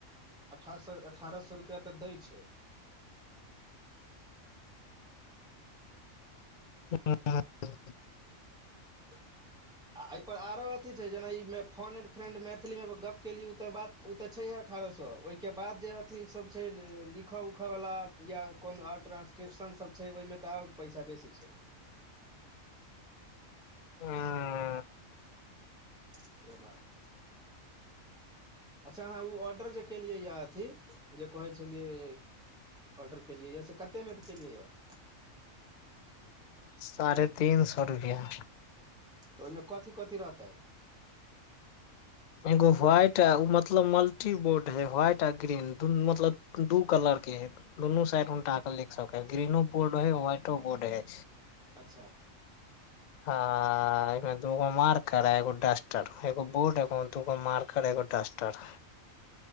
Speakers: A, in the centre; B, on the left.
A: अठा स ठारह सए रुपआ तऽ दै छै
B: ह
A: <inaudible> आ एहिपर आरो अथी छै जेना ई फोन ए्ड फ्रेंड मैथिलीमे गप केली ओ तऽ बात ओ तऽ छैहे अठारह सौ ओहिके बाद जे अथी सब छै लिखय उखयवला या कोनो आओर ट्रानंसक्रिप्शन सब छै ओहिमे तऽ ओर पैसा बेसी छै
B: अं
A: से बात अच्छा अहाँ उ ऑर्डर जे केलियै यए अथी ओ जे कहै छलियै ऑर्डर केलियै यऽ से कतेमे तऽ केलियै यऽ
B: साढ़े तीन सौ रुपैआ
A: तऽ ओहिमे कथी कथी रहतै
B: एगो व्हाइट आ ओ मतलब मल्टीबोर्ड है व्हाइट आ ग्रीन दुन मतलब दू कलर के है दुनू साइड उ टाके देखि सक ह ग्रीनो बोर्ड है व्हाइटो बोर्ड है
A: अच्छा
B: आ एमें दूगो मार्कर है एगो डस्टर एगो बोर्ड एगो दूगो मार्कर एगो डसटर